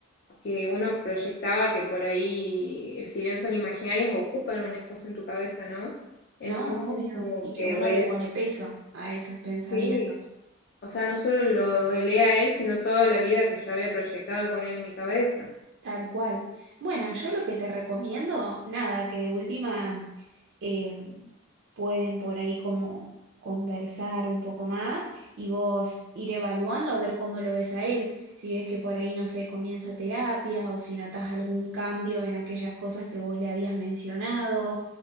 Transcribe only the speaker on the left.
que uno proyectaba que por ahí, eh, si bien son imaginarias, ocupan un espacio en tu cabeza, ¿no? Entonces
como
que
duele,
sí. O sea, no solo lo duele a él, sino toda la vida que yo había proyectado con él en mi cabeza.